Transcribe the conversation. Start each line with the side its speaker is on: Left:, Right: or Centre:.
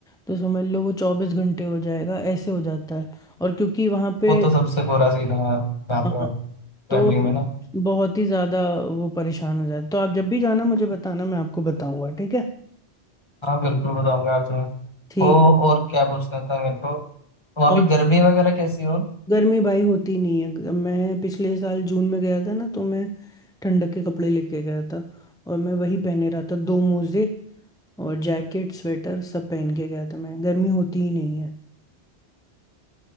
Centre: तो समझ लो वो चौबीस घंटे हो जाएगा ऐसे हो जाता है और क्योंकि वहाँ पे
Left: वो तो सबसे कोरा सीन है यार यहाँ
Centre: हाँ,
Left: पे ट्रैवलिंग
Centre: तो
Left: में ना
Centre: बहुत ही ज़्यादा वो परेशान हो जाता है तो आप जब भी जाना मुझे बताना मैं आपको बताऊंगा ठीक है
Left: हाँ बिल्कुल बताऊंगा यार तुम्हें
Centre: ठीक
Left: ओ और क्या पूछना था मेरे को वहाँ
Centre: और
Left: भी गर्मी वगैरह कैसी है और
Centre: गर्मी भाई होती नहीं है मैं पिछले साल जून में गया था ना तो मैं ठंडक के कपड़े लेके गया था और मैं वही पहने रहा था दो मोजे और जैकेट स्वेटर सब पहन के गया था मैं गर्मी होती ही नहीं है